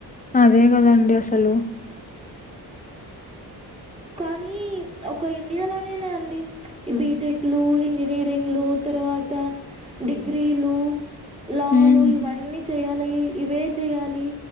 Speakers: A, on the left; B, on the right.
A: అదే కదాండి అసలు
B: కానీ ఒక ఇండియా లోనేన అండి బిటెక్ లు ఇంజనీరింగ్లు తర్వాత డిగ్రీలు లాలు
A: హ్మ్.
B: ఇవన్నీ చెయ్యాలి ఇవే చెయ్యాలి